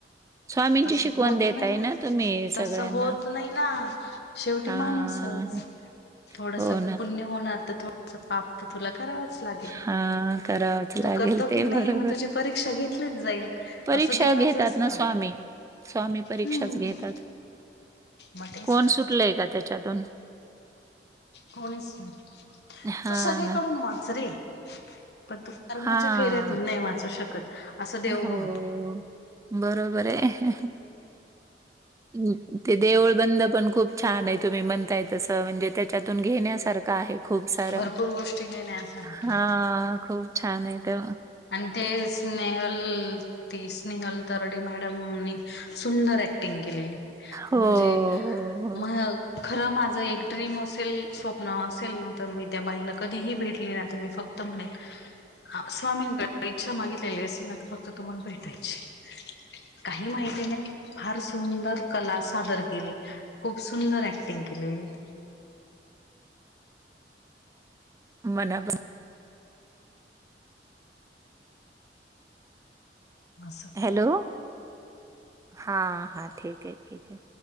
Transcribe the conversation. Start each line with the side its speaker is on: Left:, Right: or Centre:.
Right: स्वामींची
Left: तसं
Right: शिकवण
Left: होत
Right: देताय
Left: नाही ना
Right: तुम्ही सगळ्यांना.
Left: तसं होत नाही ना शेवटी
Right: हां,
Left: माणूसच थोडंसं
Right: हो ना.
Left: पुण्य होणार तर थोडंसं पाप तर तुला करावच लागेल
Right: हां, करावंच
Left: मग तू
Right: लागेल
Left: करतो
Right: ते
Left: की नाही
Right: बरोबर
Left: मग तुझी
Right: आहे.
Left: परीक्षा घेतलीच जाईल
Right: परीक्षा
Left: असं देवाचं
Right: घेतात
Left: असतं
Right: ना स्वामी. स्वामी परीक्षाच
Left: हम्म
Right: घेतात
Left: मग तेच
Right: कोण
Left: तर
Right: सुटलंय का त्याच्यातून
Left: कोणीच नाही
Right: हां
Left: तू सगळीकडून
Right: ना.
Left: वाच रे पण तू कर्माच्या
Right: हां.
Left: फेऱ्यातून नाही वाचू शकत असं देव
Right: हो
Left: म्हणतो
Right: बरोबर आहे हम् ते देऊळबंद पण खूप छान आहे तुम्ही म्हणताय तसं म्हणजे त्याच्यातून घेण्यासारखं आहे खूप सारं
Left: भरपूर गोष्टी घेण्यासारखे
Right: हा खूप छान आहे ते
Left: आणि ते स्नेहल ती स्नेहल तरडी मॅडमनी सुंदर ऍक्टिंग केली
Right: हो,
Left: म्हणजे
Right: हो, हो.
Left: म्ह खरं माझं एक ड्रीम असेल स्वप्न असेल ना तर मी त्या बाईला कधीही भेटली ना तर मी फक्त तर म्हणेन स्वामी इच्छा मागितलेली असेल ना तर फक्त तुम्हाला भेटायची काही माहिती नाही फार सुंदर कला सादर केली खूप सुंदर ॲक्टिंग केलेली होती
Right: मलापण
Left: असं
Right: हॅलो हां हा ठीक आहे ठीक आहे